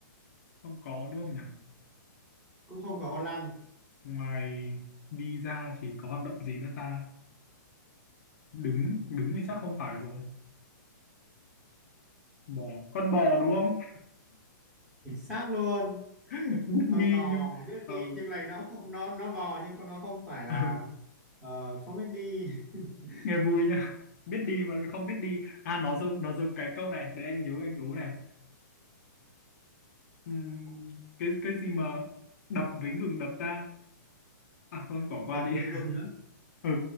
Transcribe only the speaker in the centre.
Cũng không có con lăn.
Chính xác luôn.
Con
bò
biết
đi nhưng này nó không nó nó bò nhưng con nó không phải là
ờ, không biết đi. <laughs>
Đập
với
gừng á.